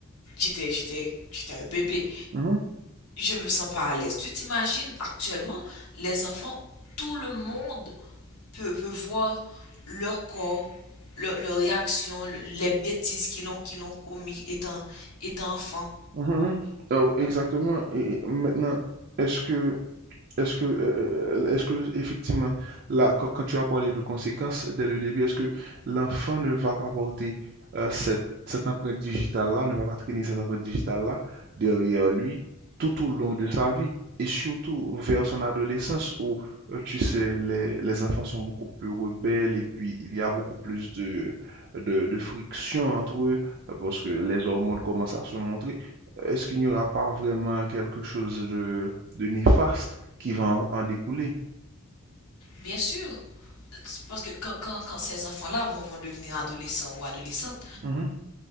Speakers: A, on the left (about 90°); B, on the right (about 45°).
A: j'étais, j'étais, j'étais un bébé,
B: Mhm,
A: je me sens pas à l'aise. Tu t'imagines actuellement, les enfants, tout le monde peut, peut voir leur corps, leur, leur réaction, le- les bêtises qu'ils ont, qu'ils ont commis étant, étant enfant.
B: mhm, mhm. Oh, exactement. Et et maintenant, est-ce que Est-ce que, euh, euh, euh, est-ce que, effectivement, là, quand, quand tu as parlé de conséquences dès le début, est-ce que l'enfant ne va pas porter euh, cette, cette empreinte digitale-là, ne va pas traîner cette empreinte digitale-là derrière lui tout au long de sa vie? Et surtout vers son adolescence où, euh, tu sais, les, les enfants sont beaucoup plus rebelles et puis il y a beaucoup plus de, de, de friction entre eux euh, parce que les hormones commencent à se montrer. Est-ce qu'il n'y aura pas vraiment quelque chose de de néfaste? qui va en en découler.
A: Bien sûr, parce que quand, quand- quand ces enfants-là vont, vont devenir adolescents ou adolescentes,
B: Mhm,